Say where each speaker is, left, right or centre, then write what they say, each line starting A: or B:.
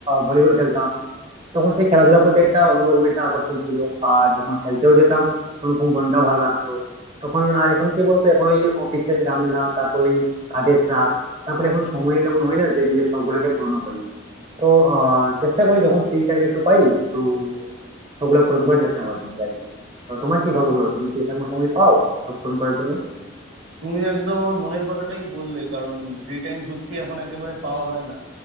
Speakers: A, on the right; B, on the right.
A: ভলিবল খেলতাম তখন সেই খেলাধুলার প্রতি একটা অন্যরকম একটা আকর্ষণ ছিল আর যখন খেলতেও যেতাম তখন খুব মনটাও ভালো লাগতো তখন আর এখন কি বলতো এখন ওই অফিসের ঝামেলা তারপর ওই কাজের চাপ তারপরে এখন সময় তেমন হয় না যে নিজের শখ গুলাকে পূরণ করি তো আহ চেষ্টা করি যখন ফ্রি টাইম একটু পাই একটু শখগুলা পূরণ করার চেষ্টা করি নিজে আর কি। তো তোমার কি খবর বলো তুমি কি সেরকম সময় পাও সব পূরণ করার জন্য
B: তুমি একদম আমার মনের কথাটাই বললে কারণ ফ্রি টাইম সত্যি এখন একেবারে পাওয়া হয় না